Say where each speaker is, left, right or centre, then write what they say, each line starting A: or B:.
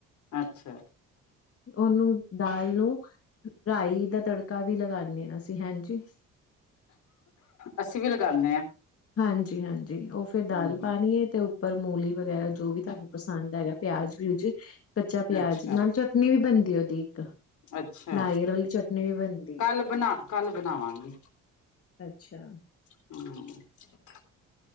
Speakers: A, on the left; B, on the left.
A: ਅੱਛਾ।
B: ਓਨੂੰ ਦਾਲ ਨੂੰ ਰਾਈ ਦਾ ਤੜਕਾ ਵੀ ਲਗਾਨੇ ਆ ਅਸੀ। ਹਾਂਜੀ।
A: ਅਸੀਂ ਵੀ ਲਗਾਉਂਦੇ ਹਾਂ
B: ਹਾਂਜੀ, ਹਾਂਜੀ, ਓ ਫਿਰ ਦਾਲ
A: ਹਮ
B: ਪਾਣੀ ਹੈ ਤੇ ਪਰ ਮੂਲੀ, ਵਗੈਰਾ ਜੋ ਵੀ ਤੁਹਾਨੂੰ ਪਸੰਦ ਹੈਗਾ ਪਿਆਜ- ਪੂਜ ਕੱਚਾ ਪਿਆਜ
A: ਅੱਛਾ
B: ਨਾਲ ਚਟ ਨਈ ਵੀ ਬਣਦੀ ਉਹਦੀ।
A: ਅੱਛਾ
B: ਨਾਰੀਅਲ ਵਾਲੀ ਚਟਨੀ ਵੀ ਬਣਦੀ
A: ਕੱਲ
B: ਏ।
A: ਬਨਾ ਕੱਲ ਬਨਾਵਾਂਗੀ।
B: ਅੱਛਾ।
A: ਹਾ।